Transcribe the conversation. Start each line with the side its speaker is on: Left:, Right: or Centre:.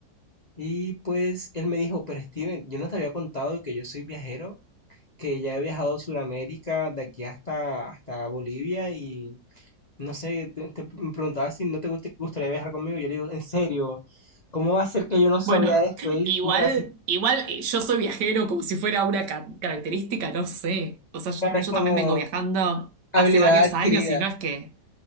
Left: Y pues él me dijo, pero Steven, yo no te había contado que yo soy viajero, que ya he viajado a Sudamérica, de aquí hasta, hasta Bolivia y no sé, te, te- me preguntaba si no te guste- gustaría viajar conmigo. Yo le digo, en serio, ¿cómo va a ser que yo no sabía
Right: Bueno,
Left: esto? Y
Right: igual,
Left: mira, si
Right: igual eh, yo soy viajero como si fuera una ca- característica, no sé. O sea, yo,
Left: claro,
Right: yo
Left: es como
Right: también vengo viajando
Left: habilidad
Right: hace varios
Left: adquirida.
Right: años y no es que,